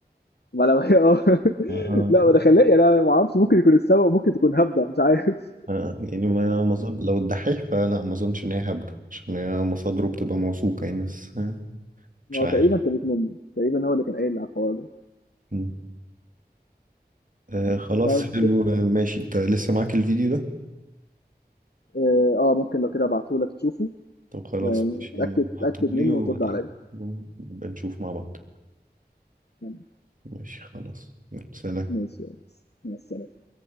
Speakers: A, on the left; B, on the right.
A: ما لو هي اه <laughs>
B: اه
A: لا ما ده خلاه يعني انا ما اعرفش ممكن يكون السبب ممكن تكون هبده مش عارف
B: آه، يعني ما ما اظن لو الدحيح فلا ما اظنش ان هي هبدة عشان هي مصادره بتبقى موثوقة يعني بس آه،
A: <laughs> ما
B: مش عارف
A: هو تقريبا كانت منه تقريبا هو اللي كان قايل على الحوار ده
B: مم. آه خلاص
A: طب
B: حلو آه، ماشي انت لسه معاك الفيديو ده
A: اه آه، ممكن لو كده ابعتهولك تشوفه
B: طب خلاص
A: يعني
B: ماشي
A: اتاكد
B: بعتهولي
A: اتاكد منه
B: واتأكد
A: وترد عليا
B: ونبقى نشوف مع بعض
A: تمام.
B: ماشي خلاص يلا سلام
A: ماشي يا ريس. مع السلامه